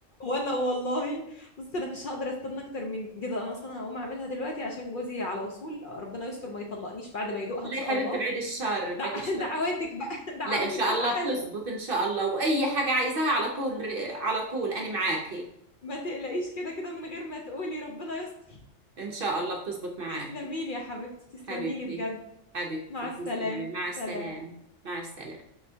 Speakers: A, on the left (about 55°); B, on the right (about 55°).
A: وانا والله بص انا مش هقدر استنى اكتر من كده انا اصلا هقوم اعملها دلوقتي عشان جوزي على وصول ربنا يستر ما يطلقنيش بعد ما يدوقها
B: لا
A: ان شاء
B: يا حبيبتي
A: الله
B: بعيد الشر بعيد
A: دع...
B: الشر
A: <laughs> دعواتك بقى دعواتك
B: لا ان شاء
A: تبقى
B: الله
A: حلوة
B: بتزبط ان شاء الله واي حاجة عايزاها على طول على طول انا معاكي
A: ما تقلقيش كده كده من غير ما تقولي ربنا يستر
B: ان شاء الله بتزبط معاكي
A: تسلمي لي يا حبيبتي تسلمي
B: حبيبتي
A: لي بجد
B: حبيبتي
A: مع السلامة
B: تسلمي مع
A: سلام
B: السلامة مع السلامة